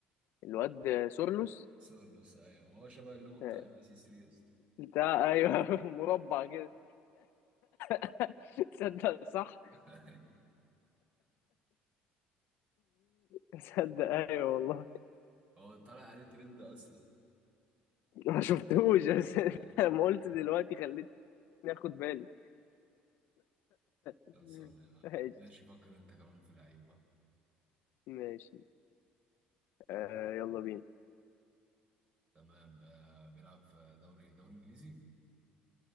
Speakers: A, on the left; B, on the right.
A: الواد سورلوس
B: سورلوس ايوه هو شبه اللوجو
A: آه،
B: بتاع ام بي سي 3 يا اسطى
A: بتاع ايوه <laughs> مربع كده <laughs> تصدق صح
B: <laughs>
A: تصدق ايوه والله
B: هو طالع عليه ترند اصلا
A: ما شفتهوش بس <laughs>
B: آه،
A: لما قلت دلوقتي خليتني اخد بالي مم.
B: خلصانه يا عم
A: ماشي
B: ماشي فكر انت كمان في لعيب بقى
A: ماشي آه يلا بينا
B: تمام آه بيلعب في دوري دوري انجليزي